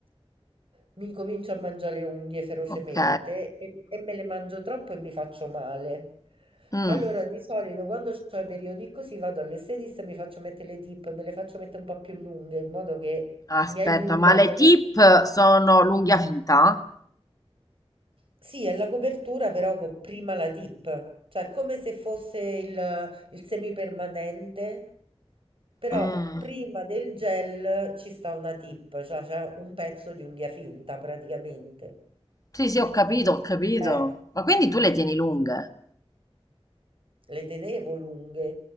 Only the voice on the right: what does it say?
mi incomincio a mangiare le unghie ferocemente
e, e me le mangio troppo e mi faccio male.
Allora, di solito quando ho i periodi così vado all'estetista e mi faccio mettere le tip, me le faccio mettere un po' più lunghe in modo che
mi aiutano.
Sì, è la copertura però con prima la tip, cioè come se fosse il, il semipermanente, però
prima del gel ci sta una tip, cioè c'è un pezzo di unghia finta praticamente.
Eh,
le tenevo lunghe,